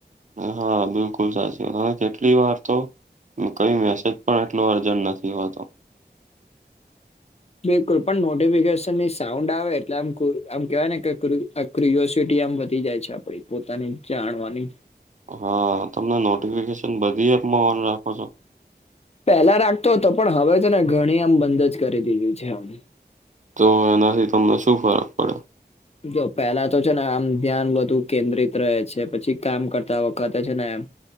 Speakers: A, on the right; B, on the left.
A: હા બિલકુલ સાચી કેટલી વાર તો કઈ મેસેજ પણ એટલો અર્જન્ટ નથી નહીં હો તો
B: બિલકુલ પણ નોટિફિકેશનની સાઉન્ડ આવે એટલે આમ આમ કેહેવાય ને કે ક્રિઓસિટી આમ વધી જાય છે આપડી પોતાની જાણવાની
A: હા તમને નોટિફિકેશન બધી એપ મા રાખો છો
B: પહેલા રાખતો હતો પણ હવે તો ને ઘણી આમ બંધ જ કરી દીધું છે આમ
A: તો એનાથી તમને શું ફરક પડ્યો
B: જો પહેલા તો છે ને આમ ધ્યાન બધું કેન્દ્રિત રહે છે પછી કામ કરતા વખતે છે ને એમ